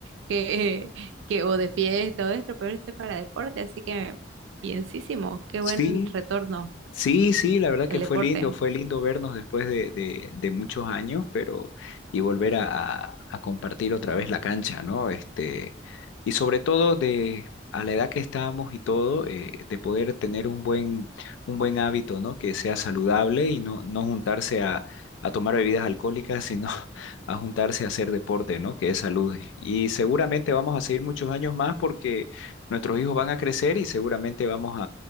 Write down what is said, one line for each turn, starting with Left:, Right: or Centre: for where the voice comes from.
Right: que, <laughs> que, o de fiesta o esto, pero este para deporte, así que bienísimo, qué
Left: Sí,
Right: buen retorno
Left: Sí, sí, la verdad
Right: al
Left: que
Right: deporte.
Left: fue lindo, fue lindo vernos después de, de- de muchos años, pero y volver a, a- a compartir otra vez la cancha, ¿no? Este, y sobre todo de a la edad que estábamos y todo, eh, de poder tener un buen, un buen hábito, ¿no? Que sea saludable y no, no juntarse a, a tomar bebidas alcohólicas, sino <laughs> a juntarse a hacer deporte, ¿no? Que es salud. Y seguramente vamos a seguir muchos años más porque nuestros hijos van a crecer y seguramente vamos